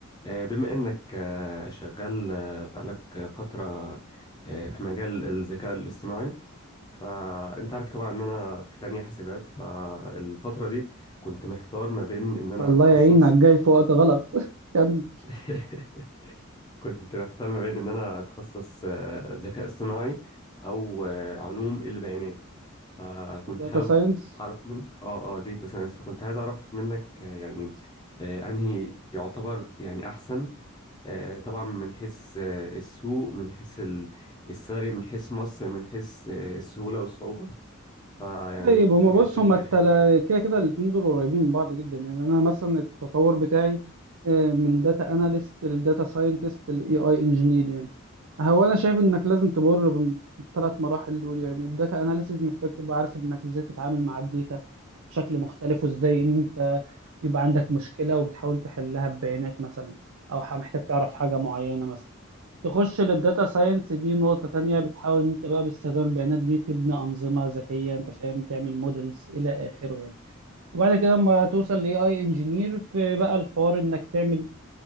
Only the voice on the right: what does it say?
الله
يعينك جاي في وقت غلط <laughs> كمل
داتا
ساينس
طيب
هما بص
هما
التلا...
كده كده الاتنين دول قريبين من بعض جدا يعني انا مثلا التطور بتاعي آه، من داتا اناليست لداتا ساينتست لاي اي انجينير يعني هو انا شايف انك لازم تمر بالثلاث مراحل دول يعني الداتا اناليسز محتاج تبقى عارف انك ازاي تتعامل مع الداتا بشكل مختلف وازاي ان انت يبقى عندك مشكلة وبتحاول تحلها ببيانات مثلا او ح- محتاج تعرف حاجة معينة مثلا تخش للداتا ساينس دي نقطة تانية بتحاول ان انت بقى باستخدام البيانات دي تبني أنظمة ذكية انت فاهم تعمل مودلز إلى آخره يعني وبعد كده اما توصل ل AI انجينير في بقى الحوار انك تعمل